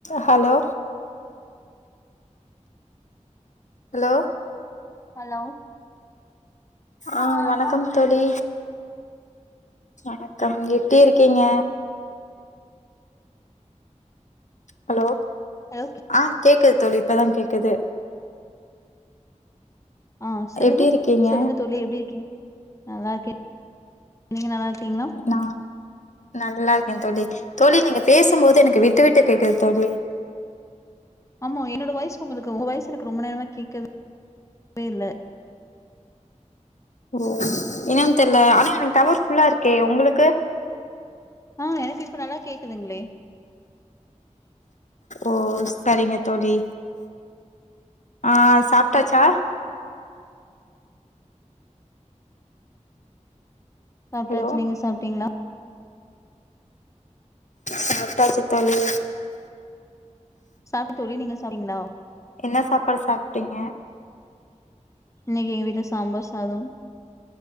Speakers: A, on the left; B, on the left.
A: ஹலோ ஹலோ
B: ஹலோ ஹலோ
A: ஆ வணக்கம் தோழி வணக்கம் எப்டி இருக்கீங்க ஹலோ
B: ஹலோ கி
A: ஆ கேக்குது தோழி இப்பதா கேக்குது
B: ஆ சொல்லுங்க
A: எப்டி இருக்கீங்க
B: சொல்லுங்க தோழி எப்டி இருக்கிங்க நல்லா இருக்கே நீங்க நல்லா இருக்கீங்களா
A: நா நல்லா இருக்கே தோழி தோழி நீங்க பேசும் போது எனக்கு விட்டு விட்டு கேக்குது தோழி
B: ஆமா என்னோட வாய்ச் உங்களுக்கு உங்க வாய்ச் எனக்கு ரொம்ப நேரமா கேக்கவே இல்ல
A: ஓ என்னன்னு தெரில ஆனா எனக்கு டவர் ஃபுல்லா இருக்கே உங்களுக்கு
B: ஆ எனக்கு இப்ப நல்லா கேக்குதுங்களே
A: ஓ சரிங்க தோழி ஆ சாப்ட்டாச்சா
B: சாப்ட்டாச்சு
A: ஹலோ
B: நீங்க சாப்ட்டீங்களா
A: சாப்ட்டாச்சு தோழி
B: சாப்ட்டே தோழி நீங்க சா னிங்களா
A: என்ன சாப்பாடு சாப்ட்டீங்க
B: இன்னிக்கு எங்க வீட்ல சாம்பார் சாதொ